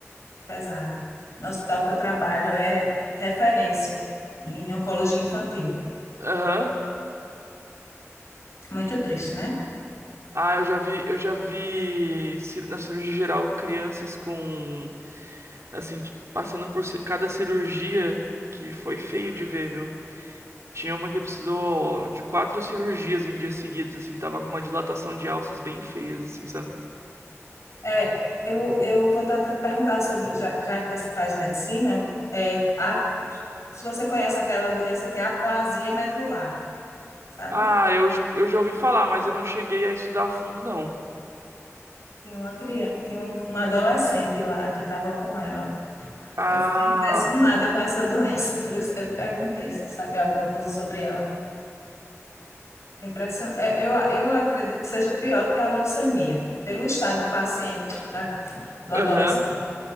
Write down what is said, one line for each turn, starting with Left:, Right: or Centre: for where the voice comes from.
Left: pesado. No hospital que eu trabalho é referência em oncologia infantil.
Right: Aham.
Left: Muito triste, né?
Right: Ah, eu já vi, eu já vi cir- na cirurgia geral crianças com, assim, t- passando por ci- cada cirurgia que foi feio de ver, viu? Tinha uma que precisou de quatro cirurgias em dias seguidos, assim, tava com uma dilatação de alças bem feias, assim, sabe?
Left: É, eu, eu vou até te perguntar sobre, já, já que você faz medicina, é, a- se você conhece aquela doença que é a aplasia medular, sabe?
Right: Ah, eu, j- eu já ouvi falar, mas eu não cheguei a estudar a fundo, não.
Left: Tem uma criança, tem um, um adolescente lá que estava com ela.
Right: Ah,
Left: Eu fiquei impressionada com essa <laughs> doença, por isso que eu te perguntei se tu sabe alguma coisa sobre ela. É Impression... é, Eu, eu acredito que seja pior do que a leucemia, pelo estado do paciente, da- do
Right: aham.
Left: adolescente.